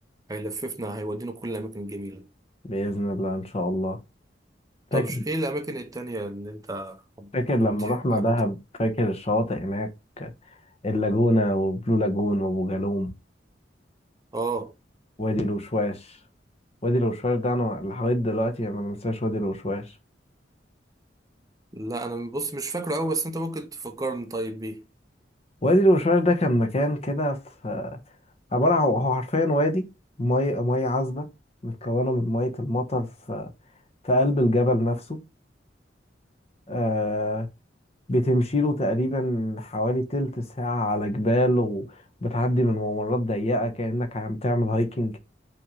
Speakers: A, on the right (about 20°); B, on the left (about 35°).
A: هيلففنا هيودينا كل الاماكن الجميله
B: بإذن الله ان شاء الله
A: طب
B: فاكر
A: ش- ايه الاماكن التانية اللي انت حب-
B: فاكر لما
A: يعني بتحب
B: رحنا
A: حابب
B: دهب
A: تروح
B: فاكر الشواطئ هناك اللاجونة وبلو لاجون وابو جالوم
A: اه
B: وادي الوشواش وادي الوشواش ده انا لحد دلوقتي انا ما انساش وادي الوشواش
A: لا انا بص مش فاكره قوي بس انت ممكن تفكرني طيب بيه
B: وادي الوشواش ده كان مكان كده في عبارة عن هو حرفيا وادي مية مية عذبة متكونة من مية المطر في في قلب الجبل نفسه آه بتمشيله تقريبا حوالي تلت ساعة على جبال وبتعدي من ممرات ضيقة كأنك عم تعمل هايكنج